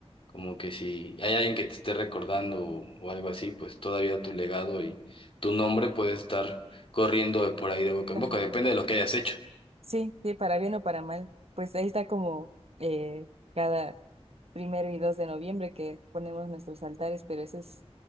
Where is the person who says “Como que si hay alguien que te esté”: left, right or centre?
Left